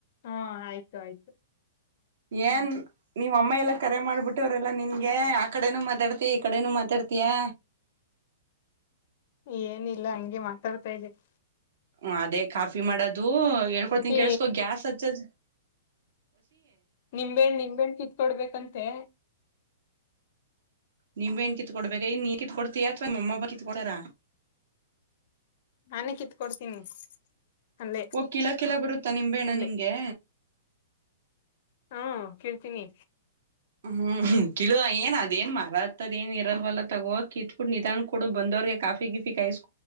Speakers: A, on the left; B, on the right.
A: ಹಾ ಆಯ್ತು, ಆಯ್ತು ಹ್ಮ.
B: ಏನ್ ನಿಮ್ ಅಮ್ಮ ಎಲ್ಲಾ ಕರೆ ಮಾಡ್ಬಿಟ್ಟವರೆಲ್ಲಾ ನಿನ್ಗೆ ಆ ಕಡೆನು ಮಾತಾಡ್ತ ಈ ಕಡೆನೂ ಮಾತಾಡ್ತಯಾ.
A: ಏನಿಲ್ಲ ಹಂಗೆ ಮಾತಾಡ್ತಾ ಇದೀನಿ.
B: ಹ ಅದೇ ಕಾಫಿ ಮಾಡೋದು ಹೇಳ್ಕೊಡ್ತನ್
A: ಓಕೆ
B: ಕೇಳಸ್ಕೋ ಗ್ಯಾಸ್ ಹಚ್ಚದ,
A: ನಿಂಬೆಣ, ನಿಂಬೆಣ್, ಕಿತ್ಕೊಡ್ಬೇಕಂತೆ.
B: ನಿಂಬೆಹಣ್ಣಿ ಕಿತ್ಕೊಡ್ಬೇಕ ಇನ್ ನೀ ಕಿತ್ಕ ಕೊಡ್ತೀಯಾ ಅಥವಾ ನಿಮ್ಮಮ್ಮ ಕಿತ್ಕ ಕೊಡ್ತಾರ.
A: ನಾನೇ ಕಿತ್ಕೊಡ್ತೀನಿ ಅಲ್ಲೇ
B: ಓ ಕಿಳಕ್ಕೆಲ್ಲ ಬರುತ್ತಾ ನಿಂಬೆಣ್ಣ
A: ಇಲ್ಲೇ
B: ನಿಂಗೆ
A: ಹ್ಮ ಕೀಳ್ತೀನಿ
B: ಹ್ಮ್ ಕಿಳು ಏನ್ ಅದೇಏನ್ ಮರತ್ದ ಏನ್ ಇರಲ್ವಲ್ಲ ತಗೋ ಕ ಇತ್ಬಿಟ್ಟು ನಿಧಾನ ಕಡ ಬಂದ ಯ ಕಾಫಿ ಗಿಫಿ ಕಾಯಿಸಿ